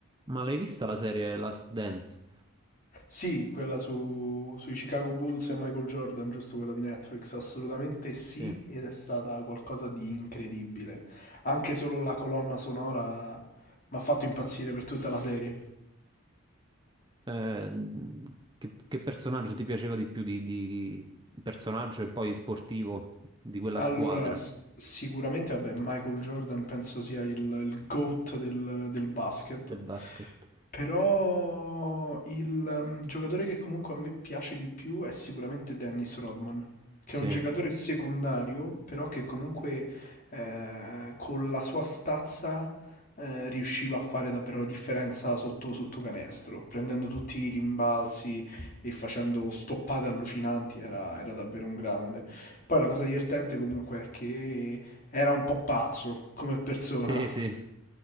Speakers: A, on the right (about 20°); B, on the left (about 40°).
A: Ma l'hai vista la serie Last Dance?
B: Sì, quella su, sui Chicago Bulls e Michael Jordan, giusto quella di Netflix, assolutamente sì,
A: Sì.
B: ed è stata qualcosa di incredibile. Anche solo la colonna sonora mi ha fatto impazzire per tutta la serie.
A: Eh, che, che personaggio ti piaceva di più di, di- di personaggio e poi sportivo di quella
B: Allora,
A: squadra
B: s- sicuramente, vabbè, Michael Jordan penso sia il, il GOAT del, del basket,
A: del basket?
B: però il ehm, giocatore che comunque a me piace di più è sicuramente Dennis Rodman, che
A: Sì,
B: è un giocatore secondario, però che comunque eh, con la sua stazza eh, riusciva a fare davvero la differenza sotto, sotto canestro, prendendo tutti i rimbalzi e facendo stoppate allucinanti, era era davvero un grande. Poi la cosa divertente comunque è che era un po' pazzo come persona,
A: sì, sì.